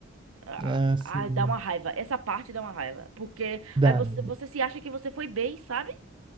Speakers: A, on the right; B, on the right.
A: Ah,
B: Ah, sim.
A: ah, dá uma raiva. Essa parte dá uma raiva, porque
B: Dá.
A: aí você você se acha que você foi bem, sabe?